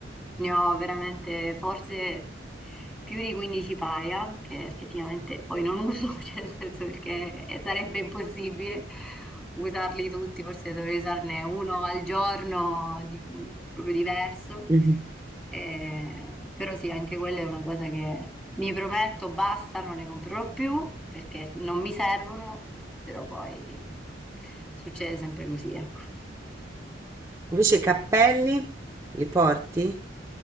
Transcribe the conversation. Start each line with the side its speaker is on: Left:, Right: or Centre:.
Centre: ne ho veramente forse più di 15 paia, che effettivamente poi non uso, <laughs> cioè nel senso perché eh, sarebbe impossibile usarli tutti, forse dovrei usarne uno al giorno, di- proprio diverso.
Right: Mhm.
Centre: Eh, però sì, anche quella è una cosa che mi prometto, basta, non ne comprerò più perché non mi servono, però poi succede sempre così, ecco.
Right: Invece i cappelli li porti?